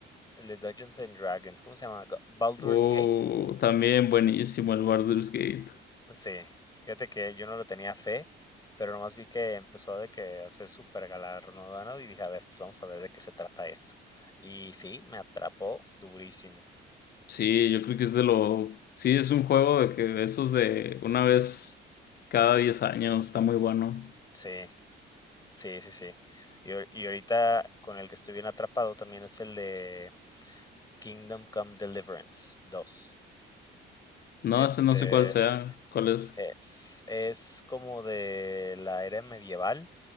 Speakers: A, on the left; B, on the left.
A: El de Dungeons and Dragons, ¿cómo se llama? Ga- Baldur's
B: o
A: Gate.
B: también buenísimo el Baldur's Gate.
A: Sí, fíjate que yo no lo tenía fe, pero nomás vi que empezó de que a ser súper galardonado y dije, a ver, pues vamos a ver de qué se trata esto. Y sí, me atrapó durísimo.
B: Sí, yo creo que es de lo, sí, es un juego de que de esos de una vez cada 10 años, está muy bueno.
A: Sí, sí, sí, sí. Y, ahor- y ahorita con el que estoy bien atrapado también es el de Kingdom Come Deliverance dos.
B: No,
A: Ese,
B: ese no sé cuál sea, cuál es.
A: Es es como de la era medieval,